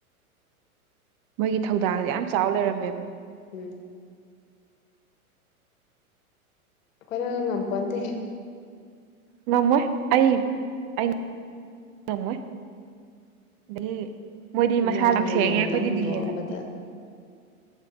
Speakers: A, on the right; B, on the left.
A: ꯃꯣꯏꯒꯤ ꯊꯧꯗꯥꯡꯁꯦ ꯌꯥꯝ ꯆꯥꯎ ꯂꯩꯔꯝꯃꯦꯕ
B: ꯎꯝ ꯑꯩꯈꯣꯏꯅ ꯉꯝꯄꯣꯟꯇꯦꯍꯦ
A: ꯉꯝꯃꯣꯏ ꯑꯩ ꯑꯩ ꯉꯝꯃꯣꯏ ꯑꯗꯒꯤ ꯃꯣꯏꯗꯤ
B: ꯏꯃꯥ
A: ꯃꯁꯥ ꯌꯥꯝ
B: ꯍꯣꯏꯅ
A: ꯁꯦꯡꯉꯦ
B: ꯅꯣꯡꯇꯪ
A: ꯑꯩꯈꯣꯏꯗꯤ
B: ꯍꯨꯟꯗꯣꯛꯑꯝꯕꯗ
A: ꯗꯤꯍꯦ ꯐꯠꯇꯦ